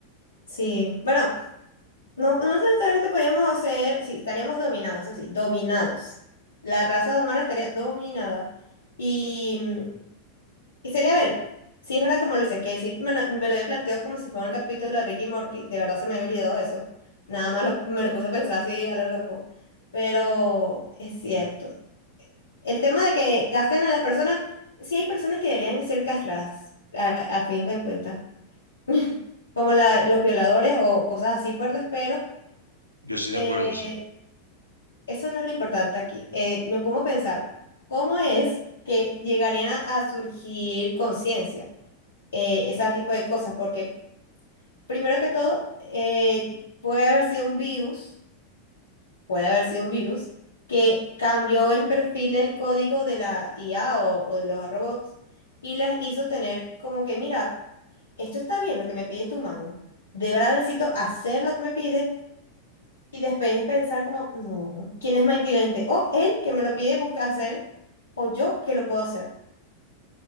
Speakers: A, on the left; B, on the right.
A: Sí, bueno, No, no necesariamente podríamos ser, sí, estaríamos dominados, así, dominados. La raza humana estaría dominada. Y, mm, y sería, a ver, si es verdad como lo dices, que sí me, lo me lo había planteado como si fuera un capítulo de Ricky y Morty, de verdad se me había olvidado eso. Nada más lo- me lo puse a pensar así a lo loco. Pero es cierto. El tema de que casten a las personas, sí hay personas que deberían ser castradas, a, a fin de cuentas. <laughs> Como la- los violadores o cosas así fuertes, pero...
B: Yo estoy de
A: Eh,
B: acuerdo, sí.
A: Eso no es lo importante aquí. Eh, me pongo a pensar, ¿cómo es que llegarían a, a surgir conciencia? eh, ese tipo de cosas, porque primero que todo, eh, puede haber sido un virus, puede haber sido un virus que cambió el perfil del código de la IA o, o de los robots y las hizo tener como que, mira, esto está bien, lo que me pide este humano. ¿De verdad necesito hacer lo que me pide? Y después es pensar como, no, ¿quién es más inteligente? O él que me lo pide y busca hacer, o yo que lo puedo hacer.